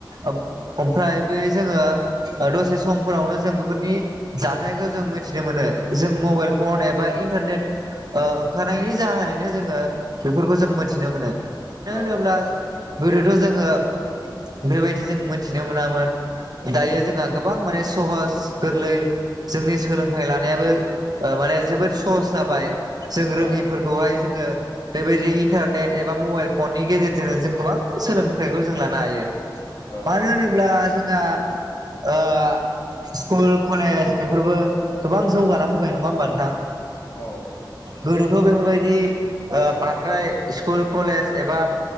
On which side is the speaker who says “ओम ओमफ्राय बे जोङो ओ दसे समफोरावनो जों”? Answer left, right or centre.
Right